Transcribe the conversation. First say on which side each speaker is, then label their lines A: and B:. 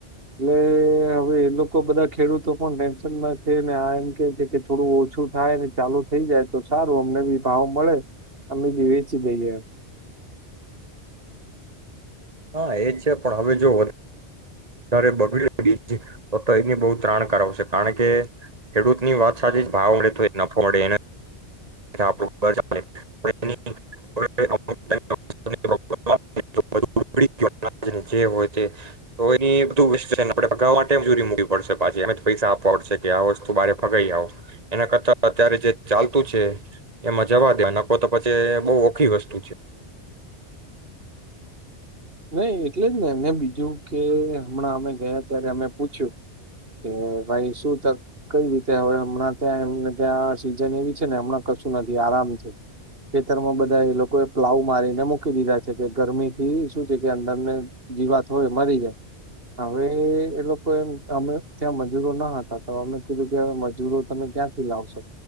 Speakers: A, on the right; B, on the right.
A: એટલે હવે એ લોકો બધા ખેડૂતો પણ ટેન્શનમાં છે ને આ એમ કે છે કે થોડું ઓછું થાય ચાલુ થઈ જાય તો સારું અમને બી ભાવ મળે અમે બી વેચી દઈએ એમ.
B: હા, એ છે પણ હવે જો વધ ધારે બગડ્યું <unintelligible> તો <unintelligible> ત્રાણ કરાવશે કારણ કે ખેડૂતની વાત સાચી છે. ભાવ મળડે તો એ નફો મળે <unintelligible> <unintelligible> ચાલે. <unintelligible> <inaudible> જે હોય તે એ બધુ <unintelligible> મૂકીવી પડશે પાછી એ જ પૈસા આપવા પડશે કે આ વસ્તુ બારે ફગાવાઈ આવ, એના કરતા અત્યારે જે ચાલતું છે એમાં જવા દે નફો તો પછી બો ઓખી વસ્તુ છે.
A: નહી એટલે જ ને ને બીજું કે હમણાં અમે ગયા ત્યારે અમે પૂછ્યું કે ભાઈ શું ત કઈ રીતે હવે, હમણાં ત્યાં એમને ત્યાં સીઝન એવી છે ને હમણાં કશું નથી, આરામ છે, ખેતરમાં બધા એ લોકો એ પ્લાવ મારીને મૂકી દીધા છે, કે ગરમી થી શું છે કે અંદરને જીવાત હોય મરી જાય. હવે એ લોકો અમે ત્યાં મજૂરો ના હતા, તો અમે કીધું કે મજૂરો તમે ક્યાંથી લાવશો